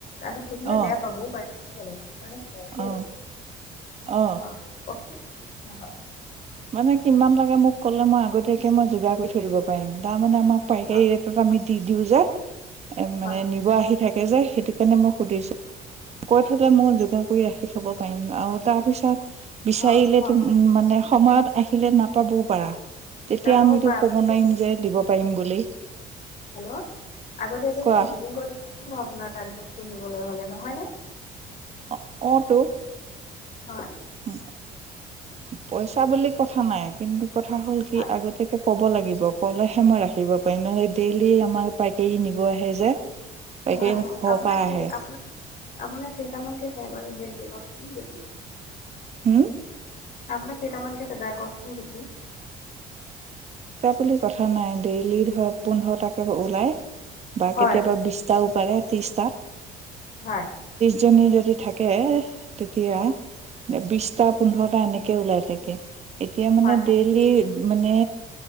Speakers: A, on the left; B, on the right.
A: আৰু সুধিলে
B: অ
A: বেয়া পাবও পাৰে কিজানি। দেই,
B: অ অ
A: অঁ অ'কে অ হয়।
B: মানে কিমান লাগে মোক ক'লে মই আগতীয়াকে মই যোগাৰ কৰি থৈ দিব পাৰিম। তাৰ মানে আমাক পাইকাৰী
A: হয়
B: ৰেটত আমি দি দিওঁ যে, এ
A: হয়
B: মানে নিব আহি থাকে। থাকে যে, সেইটো কাৰণে মই সুধিছো। কৈ থৈদে। মোৰ যোগাৰ কৰি ৰাখি থব পাৰিম আৰু তাৰ পিছত। বিচাৰিলে
A: অ অ
B: ত
A: অ
B: মানে সময়ত আহিলে নাপাবও পাৰা। তেতিয়া
A: নাপাব
B: আমিতো
A: পাৰে আগতীয়াকৈ
B: কব নোৱাৰিম যে, দিব পাৰিম বুলি।
A: হেল্ল' আগতীয়াকে
B: কোৱা
A: বোলো বুকিং কৰিব আপোনাক। তাত বস্তু নিবলৈ হ'লে, নহয়নে?
B: অ অ ট।
A: হয়।
B: উম। পইচা বুলি কথা নাই কিন্তু কথা হ'ল কি
A: হয়
B: আগতীয়াকে। ক'ব লাগিব ক'লেহে মই ৰাখিব পাৰিম। নহলে ডেইলি আমাৰ পাইকে ই নিব আহে যে। পাইকাৰী
A: হয় হয়।
B: ঘৰৰ
A: আপোনাৰ
B: পৰা
A: কেলে
B: আহে
A: আপোনাৰ, আপোনাৰ কেইটামানকে যায় বাৰু ডেইলী কক। <unintelligible>
B: হোম।
A: আপোনাৰ কেইটামান কেটা যায় কওকচোন বিকি।
B: বুলি কথা নাই। ডেইলি ধৰ পোন্ধৰটাকে ওলাই বা
A: হয়
B: কেতিয়াবা বিছতাও। চাৰে ত্ৰিছটাত।
A: হয়।
B: জনী যদি থাকে তেতিয়া। বিশটা, পোন্ধৰটা এনেকে ওলাই থাকে। এতিয়া মানে
A: হয় হয়
B: ডেইলি মানে।